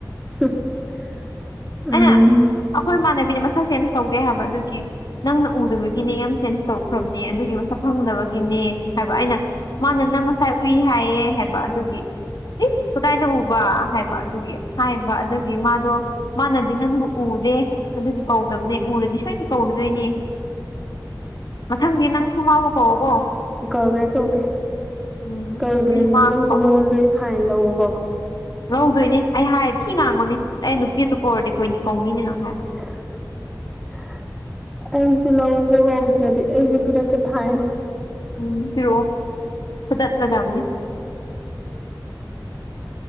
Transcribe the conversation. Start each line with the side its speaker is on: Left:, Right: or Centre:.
Centre: <unintelligible> ꯎꯝ
Left: ꯑꯩꯅ ꯑꯩꯈꯣꯏ ꯏꯃꯥꯟꯅꯕꯤꯅ ꯃꯁꯛ ꯆꯦꯟꯖ ꯇꯧꯗꯦ ꯍꯥꯏꯕ ꯑꯗꯨꯒꯤ ꯅꯪꯅ ꯎꯗꯕꯒꯤꯅꯦ ꯌꯥꯝ ꯆꯦꯟꯖ ꯇꯧꯈ꯭ꯔꯕꯅꯦ ꯑꯗꯨꯒꯤ ꯃꯁꯛ ꯈꯪꯗꯕꯒꯤꯅꯦ ꯍꯥꯏꯕ ꯑꯩꯅ ꯃꯥꯅ ꯅꯪ ꯉꯁꯥꯏ ꯎꯏ ꯍꯥꯏꯌꯦ ꯍꯥꯏꯕ ꯑꯗꯨꯒꯤ ꯏꯁ ꯀꯗꯥꯏꯗ ꯎꯕ ꯍꯥꯏꯕ ꯑꯗꯨꯒꯤ ꯍꯥꯏꯕ ꯑꯗꯨꯒꯤ ꯃꯥꯗꯣ ꯃꯥꯅꯗꯤ ꯅꯪꯕꯨ ꯎꯗꯦ ꯑꯗꯨꯗꯤ ꯀꯧꯗꯕꯅꯦ ꯎꯔꯗꯤ ꯁꯣꯏꯗꯤ ꯀꯧꯔꯨꯗꯣꯏꯅꯦ ꯃꯊꯪꯗꯤ ꯅꯪꯁꯨ ꯃꯥꯥꯕꯨ ꯀꯥꯎꯕꯣ
Centre: ꯀꯧꯒꯦ ꯀꯧꯒꯦ
Left: ꯎꯝ
Centre: ꯀꯧꯗ꯭ꯔꯗꯤ
Left: <unintelligible>
Centre: ꯅꯪꯁꯨ ꯃꯉꯣꯟꯗꯩ ꯐꯥꯏꯟ ꯂꯧꯋꯣ ꯀꯣ
Left: ꯂꯧꯗꯣꯏꯅꯦ ꯑꯩ ꯍꯥꯏꯔ ꯊꯤ ꯉꯥꯡꯕꯅꯤ ꯑꯩ ꯅꯨꯄꯤ ꯑꯇꯣꯞꯄ ꯑꯣꯏꯔꯗꯤ ꯀꯣꯏ ꯀꯧꯅꯤꯅꯦ ꯍꯥꯏꯕꯅꯤ
Centre: ꯎ <unintelligible> ꯑꯩꯁꯨ ꯂꯧ ꯀꯧꯗ꯭ꯔꯗꯤ ꯑꯩꯁꯨ ꯄꯤꯔꯛꯀꯦ ꯐꯥꯏꯟ
Left: ꯎꯝ ꯄꯤꯔꯛꯑꯣ ꯐꯨꯗꯠꯂꯗꯝꯅꯤ